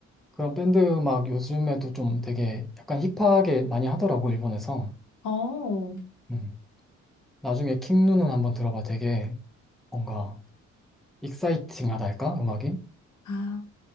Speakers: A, in the centre; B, on the left (about 75°).
A: 그런 밴드 막 요즘에도 좀 되게 약간 힙하게 많이 하더라고, 일본에서.
B: 어. 어.
A: 음. 나중에 킹누는 한번 들어봐. 되게 뭔가 익사이팅하다 할까? 음악이?
B: 아,